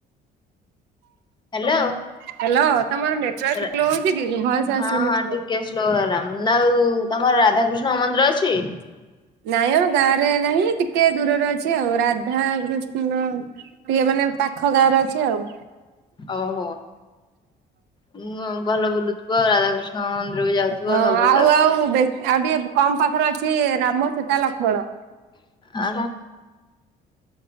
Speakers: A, on the left (about 25°); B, on the right (about 85°).
A: ହ୍ୟାଲୋ
B: ହ୍ୟାଲୋ ତମର ନେଟୱାର୍କ
A: ରା
B: ସ୍ଲୋ ହଉଛି କି ଭଏସ
A: ହଁ
B: ଆସୁନି
A: ହଁ
B: କ୍ଲିୟର।
A: ଟିକେ ସ୍ଲୋ ହେଲା ଆଉ ତମର ରାଧାକୃଷ୍ଣ ମନ୍ଦିର ଅଛି?
B: ନାଇଁ ମ ଗାଁରେ ନାହିଁ ଟିକେ ଦୂରରେ ଅଛି ଆଉ, ରାଧା କୃଷ୍ଣ ଇଏ ମାନେ ପାଖ ଗାଁରେ ଅଛି ଆଉ।
A: ଓହୋ ଉଁ ଭଲ ବୁଲୁଥିବ ଆଉ ରାଧା ତମେ ମନ୍ଦିର କୁ ଯାଉଥିବ
B: ହଁ
A: ସବୁବେଳେ।
B: ଆଉ ଆଉ ବେଶୀ ଆଉ ଟିକେ କମ ପାଖରେ ଅଛି ରାମ ସୀତା ଲକ୍ଷ୍ମଣ।
A: ଆ